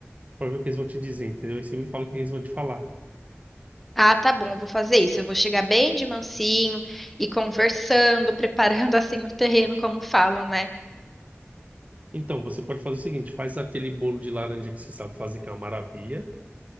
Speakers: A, on the right (about 35°); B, in the centre.
A: pra ver o que eles vão te dizer, entendeu? Aí você me fala o que eles vão te falar.
B: Ah, tá bom, eu vou fazer isso. Eu vou chegar bem de mansinho e conversando, <laughs> preparando assim o terreno, como falam, né?
A: Então, você pode fazer o seguinte, faz aquele bolo de laranja que você sabe fazer, que é uma maravilha.